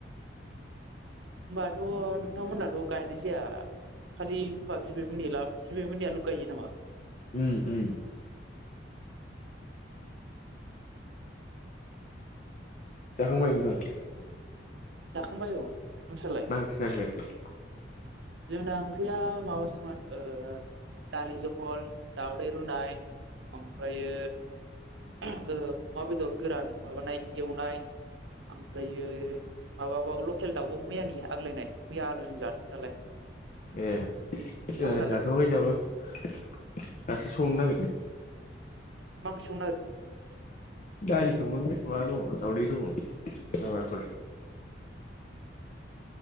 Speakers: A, on the right; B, on the left.
A: होमबाथ' नोंथांमोनहाथ' गायनाय जाया खालि हब। सनि ला सबिनि आलु गायो नामा।
B: उ उम जाखांबाय नोंथां?
A: जाखांबाय औ नोंस्रालाय।
B: <inaudible>
A: जोंना ओंख्रिया माबासोमोन ओ दालि जहल दावदै रुनाय ओमफ्रायो अमा बेदर गोरान माबानाय एवनाय ओमफ्रायो। माबाबाव लकेल दाउआव मैयानि आग्लायनाय मैया आलुजों जादोंमोन नालाय।
B: ए
A: नोंथांमोनालाय
B: जाथ'बाय दाबो दासो संनो नागिरदों।
A: मा ओंख्रि संनो नागिरखो
B: दालिखौ मोनबाय मा दङ दावउदै दङ लाब्राफोर